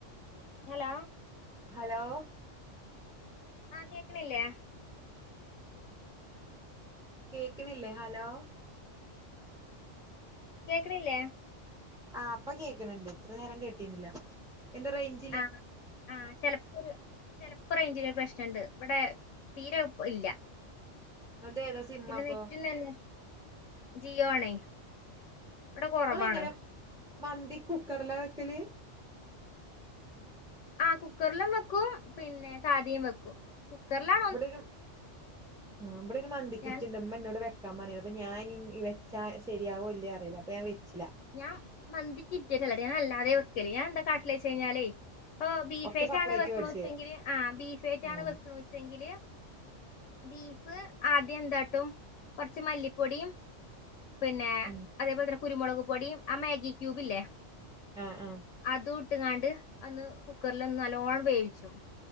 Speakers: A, in the centre; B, on the left (about 80°).
A: <inaudible>
B: Hello.
A: Hello.
B: ആഹ് കേൾക്ക്ണില്ലേ?
A: കേക്ക്ണില്ലേ ഹലോ.
B: കേക്ക്ണില്ലേ?
A: ആ ഇപ്പൊ കേക്ക്ണ്ണ്ട് ഇത്ര നേരം കേട്ടീരുന്നില്ല എന്താ റേഞ്ച്
B: ആഹ് ആഹ് ചെലപ്പൊര് ചെലപ്പോ റേഞ്ചിനൊര് പ്രശ്നണ്ട് ഇവിടെ തീരെ ഇല്ല.
A: നിങ്ങളത് ഏതാ സിമ്മ
B: പിന്നെ
A: അപ്പൊ
B: നെറ്റ്നന്നെ ജിയോ ആണേ. ഇവിടെ കുറവാണ്
A: ഇങ്ങളെങ്ങനെ മന്തി കുക്കറ്ല വെക്കല്?
B: ആ കുക്കർലും വെക്കും പിന്നെ സാദിയും വെക്കും. കുക്കർല
A: ഇമ്പടെ ഒരു അ ഇമ്പടെരു മന്തിക്കിറ്റ്ണ്ട്
B: ഞാൻ
A: ഇമ്മ എന്നോട് വെ വെക്കൻ പറഞ്ഞ അപ്പ ഞാൻ വെച്ചാ ശരിയാവോ ഇല്ലേ അറിയില്ല അപ്പം ഞാൻ വെച്ചില.
B: ഞാം മന്തി കിറ്റാട്ടല്ലട്ടോ ഞാൻ അല്ലാതെ വെക്കല് ഞാൻന്താ കാട്ടല് വെച്ചയ്ഞ്ഞാലേ ബീഫേറ്റ
A: ഒക്കെ സെപ്പറേറ്റ്
B: ആണ് വെക്ക്ണൂ
A: മേടിച്ചേ
B: വെച്ചെങ്കില് ആ ബീഫേറ്റാണ്
A: ആ
B: വെക്ക് ണൂ വെച്ചെങ്കില് ബീഫ് ആദ്യം എന്താട്ടും കൊർച്ച് മല്ലിപ്പൊടിയും പിന്നെ
A: ഉം.
B: അതേപോലെ തന്നെ കുരുമുളക് പൊടിയും ആ മേഗി ക്യൂബ് ഇല്ലേ
A: ആഹ് ആഹ്.
B: അതും ഇട്ട്കാണ്ട് അന്ന് കുക്കർ ലൊന്ന് നല്ലോണ്ണം വേവിച്ചും.